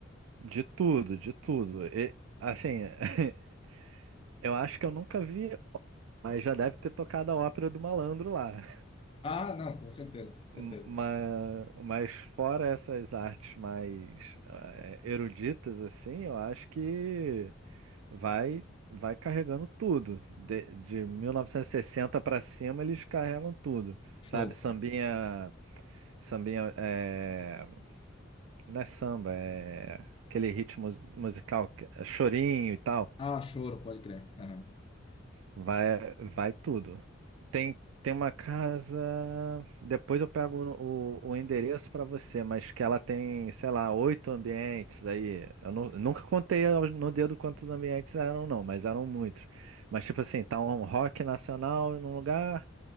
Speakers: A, on the right (about 85°); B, on the left (about 25°).
A: de tudo, de tudo. E, assim, <laughs> eu acho que eu nunca vi, mas já deve ter tocado a ópera do Malandro lá.
B: Ah, não, com certeza, certeza.
A: Ma- Mas fora essas artes mais eh, eruditas, assim, eu acho que vai vai carregando tudo. De, de 1960 para cima, eles carregam tudo.
B: Show.
A: Sabe, sambinha, sambinha, eh, não é samba, é aquele ritmo mus- musical, que é chorinho e tal.
B: Ah, choro, pode crer. Aham.
A: Vai, vai tudo. Tem, tem uma casa. Depois eu pego o, o endereço pra você, mas que ela tem, sei lá, oito ambientes aí. Eu nu- nunca contei ao- no dedo quantos ambientes eram, não, mas eram muitos. Mas tipo assim, tá um rock nacional em um lugar,